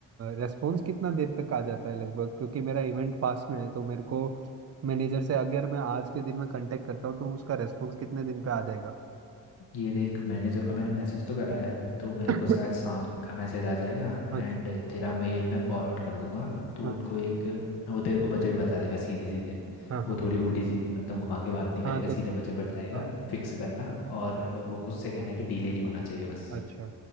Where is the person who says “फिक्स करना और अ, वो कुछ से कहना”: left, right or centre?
Left